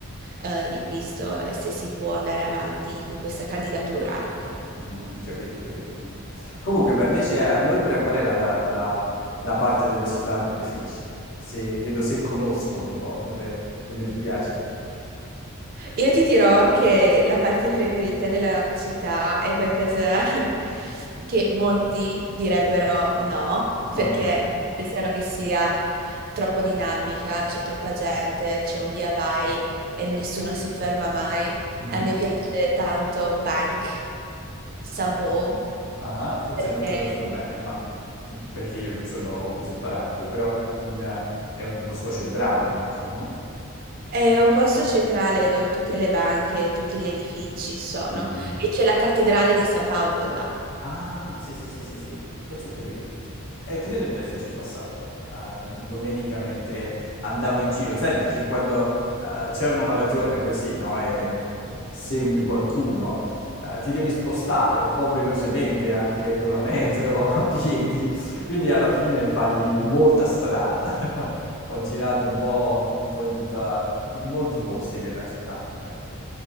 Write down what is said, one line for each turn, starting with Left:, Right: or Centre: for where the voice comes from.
Right: eh, il visto e se si può andare avanti con questa candidatura, ecco.
Left: Mhm, capito, capito, capito. Comunque, beh, invece a Londra qual è la, la- la parte della città che preferisci? Se, vedo se conosco un po' dove, dove ti piace.
Right: Io ti dirò che la parte preferita della città è qualcosa <laughs> che molti direbbero no,
Left: Ok.
Right: perché pensano che sia troppo dinamica, c'è troppa gente, c'è un via vai e nessuno si ferma mai.
Left: Mhm.
Right: A me piace tanto Bank, San Paul,
Left: Ah, forse
Right: perché
Left: non conosco bene, ma perché io non sono così pratico, però in- è un posto centrale, immagino, no?
Right: è un posto centrale dove tutte le banche, tutti gli edifici sono
Left: Mhm.
Right: e c'è la cattedrale di San Paolo là.
Left: Ah, sì, sì, sì, sì, sì, forse ho capito adesso. sì. Eh, credo di esserci passato eh, domenica mentre andavo in giro, sai, perché quando eh, c'è una maratona così, no, e eh, segui qualcuno, eh, ti devi spostare un po' velocemente anche con la metro, <laughs> a piedi, quindi alla fine fai molta strada. <laughs> Ho girato un po', un po' in tutta, in molti posti della città, diciamo, sì